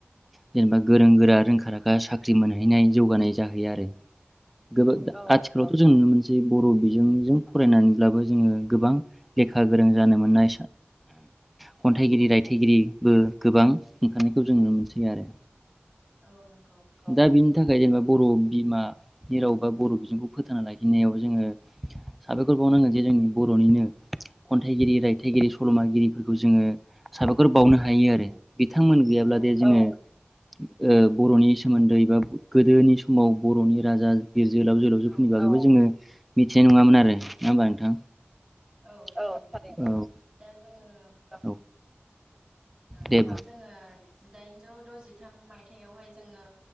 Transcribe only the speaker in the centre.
जेनेबा गोरों गोरा रोंखा राखा साख्रि मोनहैनाय जौगानाय जाहैया आरो। गो-गो
आथिखालावथ' जों नुनो मोनस सै बर' बिजोंजों फरायनानैब्लाबो जोङो गोबां लेखा गोरों जानो मोननाय खन्थाइगिरि रायथाइगिरि बो गोबां ओंखारनायखौ जों नुनो मोनसै आरो।
दा बिनि थाखाय जेनेबा बर' बिमा नि राव बा बर' बिजोंखौ फोथांना लाखिनायाव जोङो साबायखर बावनांगोन जे जों बर'निनो खन्थाइगिरि रायथाइगिरि सल'मागिरिफोरखौ जोङो साबायखर बावनो हायो आरो। बिथांमोन गैयाब्ला
दे
जोङो ओ बर'नि सोमोन्दै बा गोदोनि समाव बर'नि राजा बिर जोहोलाव जोहोलावजोफोरनि
बागैबो जोङो मिथिनाय नङामोन आरो नङा होमबा नोंथां?
औ
औ
दे बुं